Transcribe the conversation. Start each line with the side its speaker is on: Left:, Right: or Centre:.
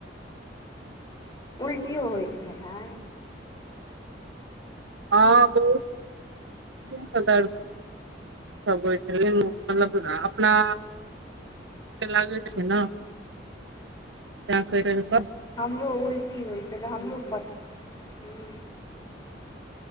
Left: उल्टी ओ होइ छलै हे।
Right: हँ, बहुत दिनसँ दर्द <unintelligible> मतलब अपना लागे छै, ने त कर।
Left: हमरो उल्टी होइत छलै हमरो पत हूँ।